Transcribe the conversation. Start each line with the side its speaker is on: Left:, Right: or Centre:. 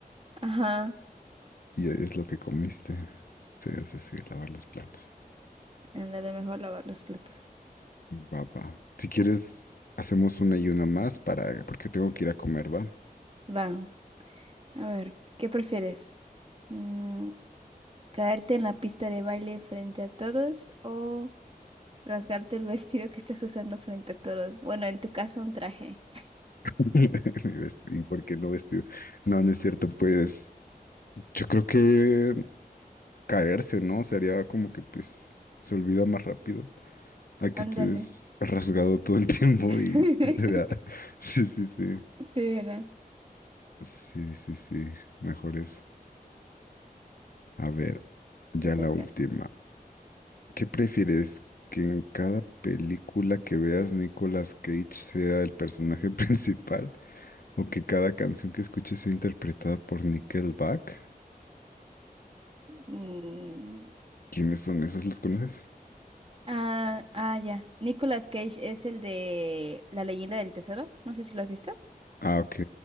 Right: Ajá,
Left: y es lo que comiste. Sí, sí, sí, lavar los platos.
Right: ándale, mejor lavar los platos.
Left: Va, va. Si quieres, hacemos una y una más para, porque tengo que ir a comer, ¿va?
Right: Va, a ver, ¿qué prefieres? Mm, ¿Caerte en la pista de baile frente a todos o rasgarte el vestido que estás usando frente a todos? Bueno, en tu caso un traje.
Left: <laughs> Mi vest- ¿Y por qué no vestido? No, no es cierto, pues yo creo que caerse, ¿no? Sería como que pues se olvida más rápido. a que
Right: Ándale.
Left: estés rasgado todo el <laughs> tiempo
Right: <laughs>
Left: y se te vea. <laughs> Sí, sí, sí.
Right: Sí, ¿verdad?
Left: Sí, sí, sí. Mejor eso. A ver,
Right: Eh,
Left: ya
Right: Te toca.
Left: la última. ¿Qué prefieres? ¿Que en cada película que veas Nicolas Cage sea el personaje <laughs> principal? ¿O que cada canción que escuches sea interpretada por Nickelback?
Right: Mm,
Left: ¿Quiénes son esos? ¿Los conoces?
Right: Ah, ah, ya. Nicolas Cage es el de La leyenda del tesoro. No sé si lo has visto.
Left: Ah, ok.